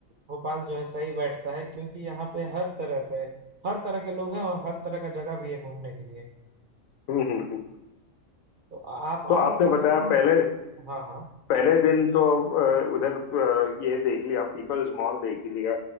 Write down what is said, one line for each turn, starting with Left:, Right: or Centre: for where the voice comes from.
Right: भोपाल जो है सही बैठता है क्योंकि यहाँ पे हर तरह से हर तरह के लोग हैं और हर तरह का जगह भी है घूमने के लिए
Left: हम्म हम्म, हम्म।
Right: तो आप आओ
Left: तो आपने
Right: कम
Left: बताया
Right: से कम
Left: पहले
Right: हाँ हाँ
Left: पहले दिन तो अ, उधर अ, ये देख लिया पीपल्स मॉल देख लिया